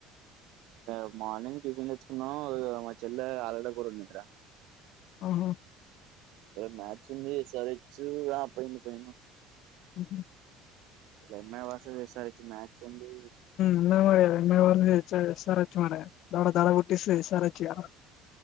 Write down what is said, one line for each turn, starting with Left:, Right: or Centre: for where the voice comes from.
Right: ఏ మార్నింగ్ టిఫిన్ తెచ్చుకున్నాం ఇగ మా చెల్లె ఆలుగడ్డ కూర వడింది రా
Left: అవునా
Right: రేపు మ్యాచ్ ఉంది ఎస్ ఆర్ హెచ్ ఆ పోయిన పోయిన
Left: ఉహు
Right: ఇయాల MI versus S R H match ఉంది
Left: ఎన్న మయా ఎన్న వా ఇటు సైడు ఎస్ ఆర్ హెచ్ మనదే ఈయాల దడ పుట్టిస్తది ఎస్ఆర్ హెచ్ ఈయాల